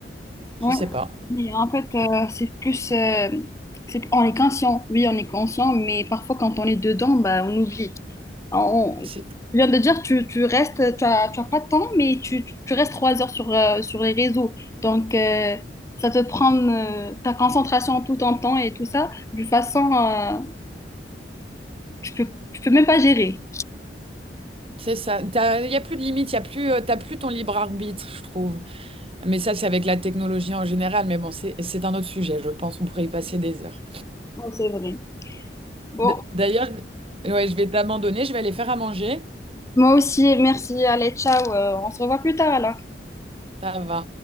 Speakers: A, on the right (about 30°); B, on the left (about 15°).
A: je
B: Ouais.
A: sais pas.
B: Mais en fait, euh, c'est plus... euh, c'est, on est conscient, oui, on est conscient, mais parfois quand on est dedans, bah, on oublie. On-
A: C'est
B: Tu viens de dire, tu, tu restes, tu as, tu as pas de temps, mais tu, tu tu restes trois heures sur, euh, sur les réseaux. Donc, euh, ça te prend euh, ta concentration tout en temps et tout ça, de façon, euh, tu peux, tu peux même pas gérer.
A: c'est ça. Il y a plus de limites, il y a plus, euh, t'as plus ton libre arbitre, je trouve. Mais ça, c'est avec la technologie en général. Mais bon, c'est c'est un autre sujet. Je pense qu'on pourrait y passer des heures.
B: Non, c'est vrai. Bon,
A: D- D'ailleurs, je ouais, je vais t'abandonner, je vais aller faire à manger.
B: moi aussi, merci, allez, ciao, euh, on se revoit plus tard alors.
A: Ça va.